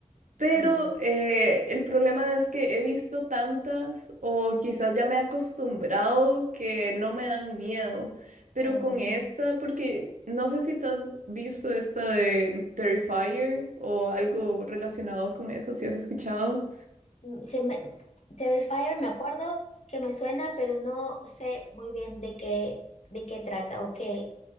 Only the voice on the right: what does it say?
Pero
eh, el problema es que he visto tantas o quizás ya me he acostumbrado que no me dan miedo. Pero
con esta, porque no sé si te has visto esta de Terrifier o algo relacionado con eso, si has escuchado.